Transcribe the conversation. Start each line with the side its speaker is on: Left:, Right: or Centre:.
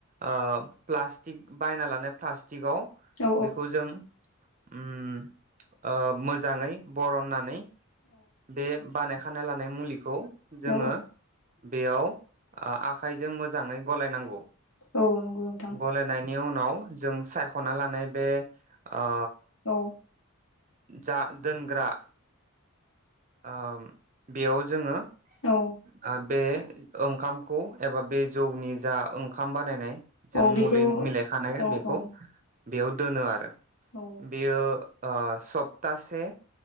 Right: ओयो प्लास्टिक बायना लानाय प्लास थिगौ
Left: औ
Right: बेखौ जों उम ओयो मोजाङै बरननानै बे बानाया खानाय लानाय मुलिखौ जोङो।
Left: औ
Right: बेयाव आ-आखाइजों मोजाङै गलायनांगौ।
Left: औ नंगौ नोंथां
Right: गलायनायनि उन नाव जों सायख'ना लानाय बे ओ
Left: औ।
Right: जा दोनग्रा ओम। बेयाव जोङो
Left: औ
Right: <unintelligible> ओंखामखौ एबा बे जौनि जा ओंखाम बानायनाय जों
Left: औ बेखौ
Right: मुलि मिलायखानायाय
Left: औ
Right: बेखौ
Left: औ
Right: बेयाव दोनो आरो
Left: औ
Right: बेयो आ सप्तासे